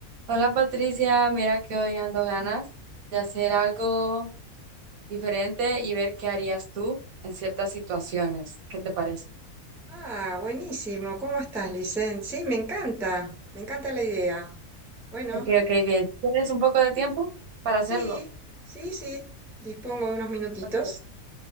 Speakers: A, on the right (about 75°); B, in the centre.
A: Hola Patricia, mira que hoy ando ganas de hacer algo diferente y ver qué harías tú en ciertas situaciones. ¿Qué te parece?
B: Ah, buenísimo. ¿Cómo estás, Licen? Sí, me encanta, me encanta la idea. Bueno,
A: Ok, ok, bien. ¿Tienes un poco de tiempo para
B: sí,
A: hacerlo?
B: sí, sí, dispongo de unos minutitos.
A: Ok.